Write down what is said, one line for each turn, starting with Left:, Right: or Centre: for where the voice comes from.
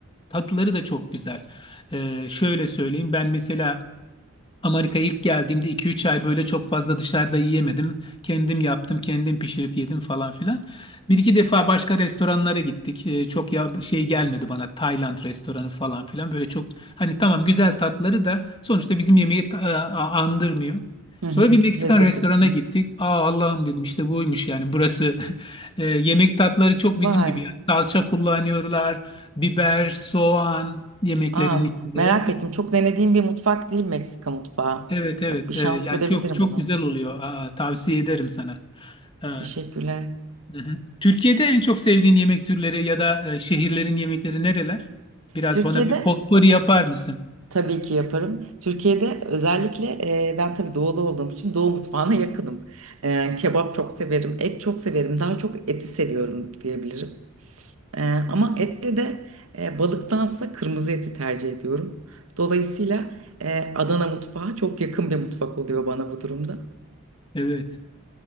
Left: tatları da çok güzel. E, şöyle söyleyeyim. Ben mesela Amerika'ya ilk geldiğimde iki üç ay böyle çok fazla dışarıda yiyemedim. Kendim yaptım, kendim pişirip yedim falan filan. Bir iki defa başka restoranlara gittik. Ee, çok ya şey gelmedi bana Tayland restoranı falan filan. Böyle çok hani tamam güzel tatları da sonuçta bizim yemeği ta- e, a- andırmıyor.
Right: Hı hı,
Left: Sonra bir Meksikan
Right: lezzet
Left: restorana
Right: açısından.
Left: gittik. Aa Allah'ım dedim işte buymuş yani burası. <laughs> Ee, yemek tatları çok
Right: Vay.
Left: bizim gibi. Yani salça kullanıyorlar, biber, soğan yemeklerin
Right: Aa,
Left: içinde.
Right: merak ettim. Çok denediğim bir mutfak değil Meksika mutfağı.
Left: Evet evet
Right: Bak bir şans
Left: Ee, yani
Right: verebilirim
Left: çok çok
Right: o zaman.
Left: güzel oluyor. Aa, tavsiye ederim sana. Ee,
Right: Teşekkürler.
Left: hı hı. Türkiye'de en çok sevdiğin yemek türleri ya da e, şehirlerin yemekleri nereler? Biraz
Right: Türkiye'de
Left: bana bir potpourri yapar mısın?
Right: tabii ki yaparım. Türkiye'de özellikle e, ben tabii doğulu olduğum için doğu mutfağına yakınım. E, kebap çok severim, et çok severim. Daha çok eti seviyorum diyebilirim. E, ama ette de e, balıktansa kırmızı eti tercih ediyorum. Dolayısıyla e, Adana mutfağı çok yakın bir mutfak oluyor bana bu durumda.
Left: Evet.